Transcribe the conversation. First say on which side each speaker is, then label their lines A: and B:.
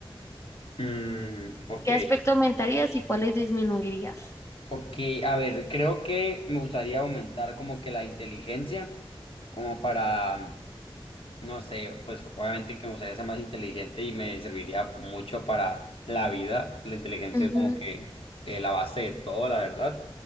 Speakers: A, on the left; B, on the left.
A: Mm, ok.
B: ¿qué aspecto aumentarías y cuáles disminuirías?
A: Ok, a ver, creo que me gustaría aumentar como que la inteligencia, como para No sé, pues obviamente que me gustaría ser más inteligente y me serviría mucho para la vida. La inteligencia
B: Ujú,
A: es como que eh, la base de todo, la verdad.